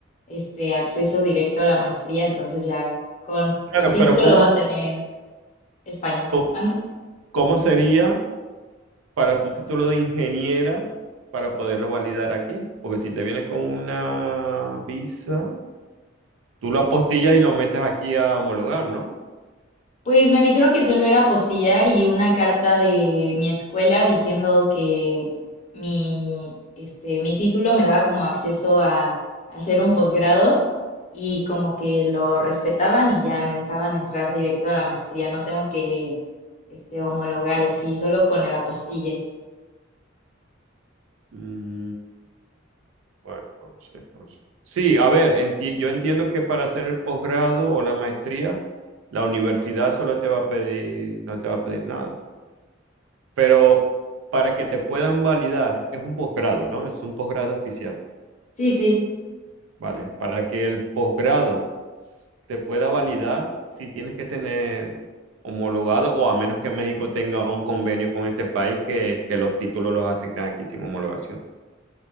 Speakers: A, on the left; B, on the right.
A: este acceso directo a la maestría, entonces ya con
B: Claro,
A: el título
B: pero ¿cómo,
A: lo va
B: s-
A: a tener español.
B: co-
A: ¿Mande?
B: cómo sería? para tu título de ingeniera para poderlo validar aquí. Porque si te vienes con una visa, tú lo apostillas y lo metes aquí a homologar, ¿no?
A: Pues me dijeron que solo era apostillar y una carta de mi escuela diciendo que mi, este, mi título me daba como acceso a, hacer un posgrado y como que lo respetaban y ya me dejaban entrar directo a la maestría. No tengo que, este, homologar y así, solo con el apostille.
B: Mm, bueno, no sé, no sé. Sí, a ver, enti- yo entiendo que para hacer el posgrado o la maestría, la universidad solo te va a pedir, no te va a pedir nada. Pero para que te puedan validar, es un posgrado, ¿no? Es un posgrado oficial,
A: Sí, sí.
B: ¿vale? Para que el posgrado te pueda validar si tienes que tener homologado o a menos que México tenga un convenio con este país que, que los títulos los acepten aquí sin homologación.